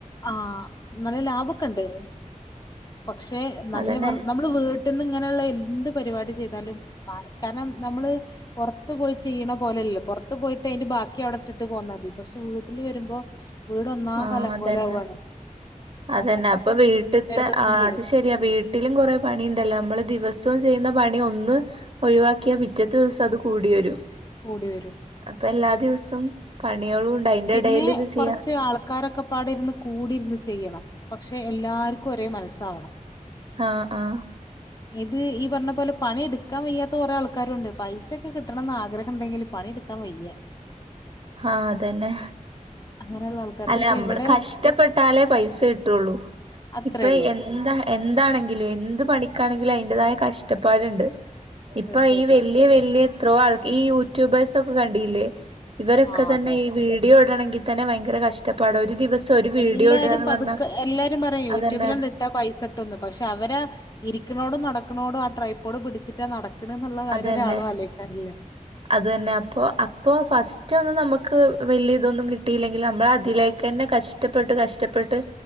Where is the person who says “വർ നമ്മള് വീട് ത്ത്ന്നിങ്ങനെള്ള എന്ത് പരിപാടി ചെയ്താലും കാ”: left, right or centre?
Left